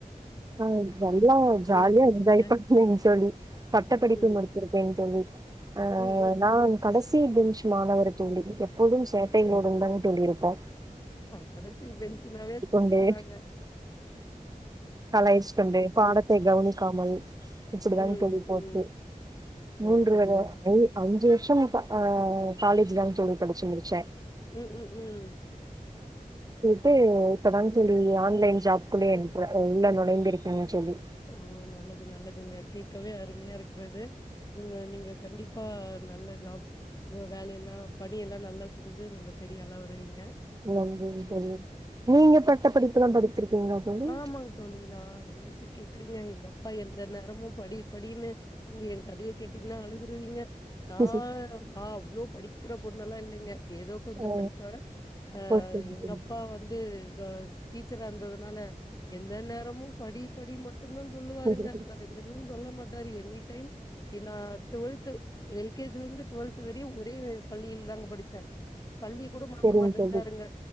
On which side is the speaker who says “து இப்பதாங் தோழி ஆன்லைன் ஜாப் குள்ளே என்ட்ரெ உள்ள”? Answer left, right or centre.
Right